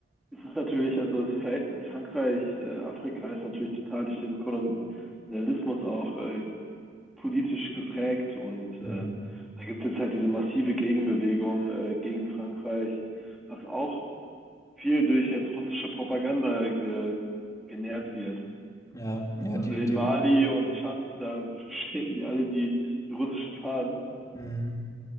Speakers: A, in the centre; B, on the left.
A: es ist natürlich, also das Verhältnis Frankreich-Afrika äh, ist natürlich total durch den Kolonialismus auch äh, politisch geprägt und äh,
B: hm,
A: da gibt es jetzt halt diese massive Gegenbewegung äh, gegen Frankreich, was auch viel durch jetzt russische Propaganda ge genährt wird.
B: ja, ja,
A: Also
B: die,
A: in
B: die,
A: Mali und Tschad, da <laughs> schwenken die alle die, die russischen Fahnen.
B: hm.